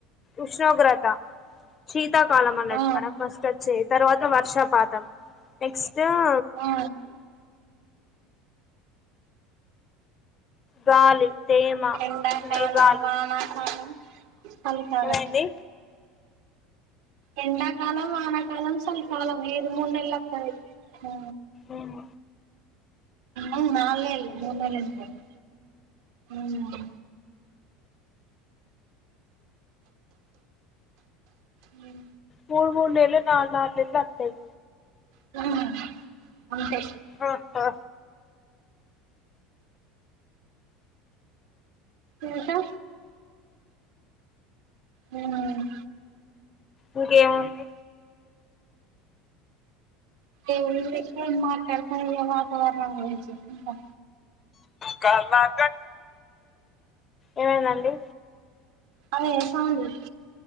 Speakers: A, on the left; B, on the right.
A: ఉష్ణోగ్రత శీతాకాలం అన్నట్టు
B: ఆ
A: మనకు ఫస్ట్ వచ్చేద్ తరువాత వర్షాపాతం నెక్స్ తేమ్
B: ఆ
A: గాలి తేమ
B: ఎండాకాలం
A: మేఘాలు
B: వానాకాలం చలికాలం
A: ఏమైంది
B: ఎండాకాలం వానాకాలం చలికాలం ఏది మూన్నెళ్ళు వత్తది ఆ
A: ఉమ్.
B: ఆవ్ నాళ్ న్నెళ్ళు, మూన్నెళ్ళు గాద్ అవునా మ్మ్
A: మూడు ముడు న్నెల్లు నాలు నాలుగు న్నెల్లు అత్తయ్
B: <unintelligible> అంతే
A: ఆ ఆ
B: ఇంకా అవున
A: ఇంకేముంది
B: ఎ మాతారు స వతావరణ వ
A: కలాత <unintelligible> ఏమైందండి
B: అవే వేస్తా ఉన్న